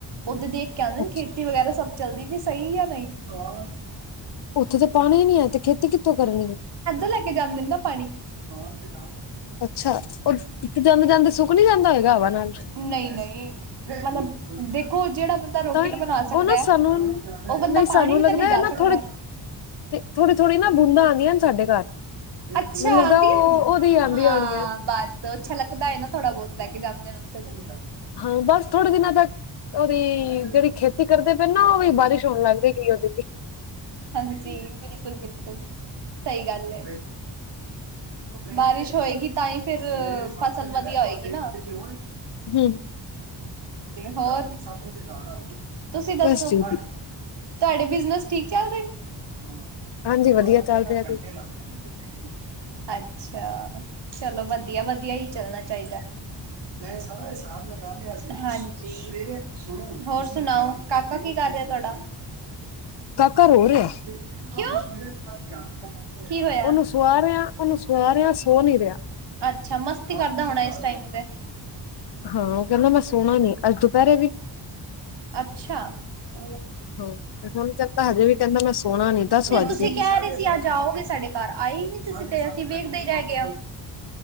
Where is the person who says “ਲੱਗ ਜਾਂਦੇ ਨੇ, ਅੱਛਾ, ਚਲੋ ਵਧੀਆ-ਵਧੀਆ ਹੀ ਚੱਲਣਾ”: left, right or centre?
Right